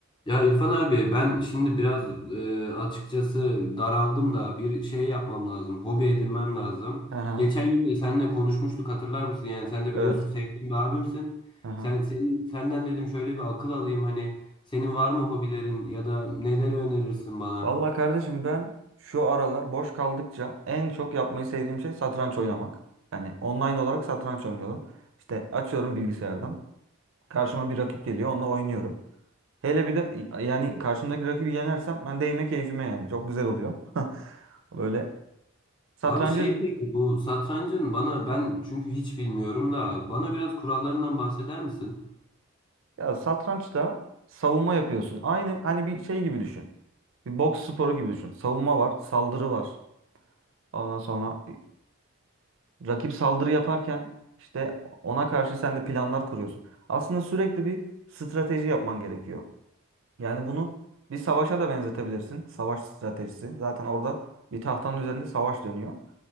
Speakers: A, on the left; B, on the right.
A: Ya İrfan abi ben şimdi biraz e, açıkçası daraldım da bir şey yapmam lazım. Hobi edinmem lazım.
B: Aha,
A: Geçen gün de seninle konuşmuştuk hatırlar mısın? Yani sen de
B: Evet.
A: biliyorsun sevdiğim bir abimsin.
B: aha.
A: Sen, senin, senden dedim şöyle bir akıl alayım hani senin var mı hobilerin ya da neleri önerirsin bana?
B: Vallahi kardeşim ben şu aralar boş kaldıkça en çok yapmayı sevdiğim şey satranç oynamak. Yani online olarak satranç oynuyorum. İşte açıyorum bilgisayardan. Karşıma bir rakip geliyor, onunla oynuyorum. Hele bir de yani karşımdaki rakibi yenersem ben değme keyfime yani. Çok güzel oluyor. <laughs> Böyle satrancı
A: Abi şey peki bu satrancın bana ben çünkü hiç bilmiyorum da bana biraz kurallarından bahseder misin?
B: ya satrançta savunma yapıyorsun. Aynı hani bir şey gibi düşün. Bir boks sporu gibi düşün. Savunma var, saldırı var. Ondan sonra Rakip saldırı yaparken işte ona karşı sen de planlar kuruyorsun. Aslında sürekli bir strateji yapman gerekiyor. Yani bunu bir savaşa da benzetebilirsin. Savaş stratejisi. Zaten orada bir tahtanın üzerinde savaş dönüyor.